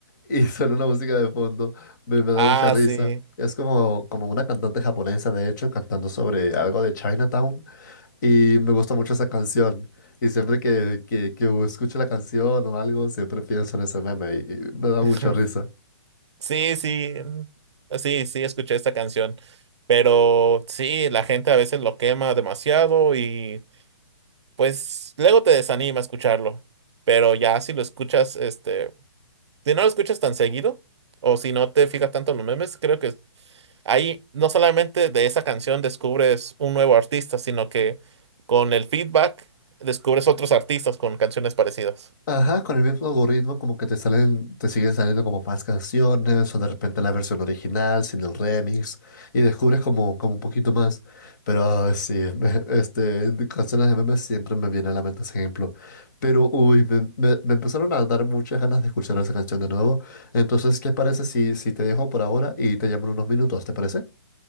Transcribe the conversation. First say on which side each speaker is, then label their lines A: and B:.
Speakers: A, on the left (about 45°); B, on the right (about 75°).
A: Y suena una música de fondo. Me, me da
B: ah,
A: mucha risa.
B: sí.
A: Es como, como una cantante japonesa, de hecho, cantando sobre algo de Chinatown. Y me gusta mucho esa canción. Y siempre que, que, que escucho la canción o algo, siempre pienso en ese meme y, y me da
B: <laughs>
A: mucha risa.
B: Sí, sí, sí, sí, escuché esta canción, pero sí, la gente a veces lo quema demasiado y pues luego te desanima escucharlo, pero ya si lo escuchas, este, si no lo escuchas tan seguido o si no te fijas tanto en los memes, creo que ahí no solamente de esa canción descubres un nuevo artista, sino que con el feedback descubres otros artistas con canciones parecidas.
A: Ajá, con el mismo algoritmo como que te salen, te siguen saliendo como más canciones o de repente la versión original sin el remix y descubres como, como un poquito más. Pero ay, sí, me- este, de canciones de memes siempre me viene a la mente ese ejemplo. Pero uy, me, me- me empezaron a dar muchas ganas de escuchar esa canción de nuevo. Entonces, ¿qué parece si, si te dejo por ahora y te llamo en unos minutos? ¿Te parece?